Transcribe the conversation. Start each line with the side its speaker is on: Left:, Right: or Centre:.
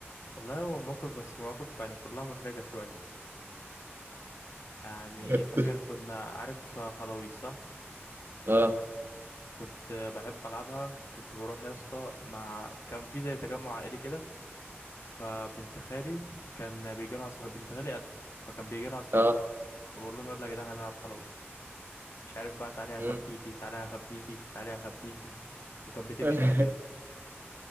Left: والله هو موقف بس مواقف يعني كلها محرجة شوية يعني
Right: <laughs>
Left: فاكر كنا عارف خلاويص صح
Right: اه
Left: كنت بحب ألعبها كنت بروح يا اسطى مع كان في زي تجمع عائلي كده فبنت خالي كان بيجي لها أصحاب بنت خالي قدي فكان بيجي لها أصحابها
Right: اه
Left: بقول لهم يلا يا جدعان هنلعب خلاويص مش عارف بقى تعالي هخبيكي
Right: مم.
Left: تعالي هخبيكي تعالي هخبيكي وكانت بتمشي
Right: <laughs>
Left: على كده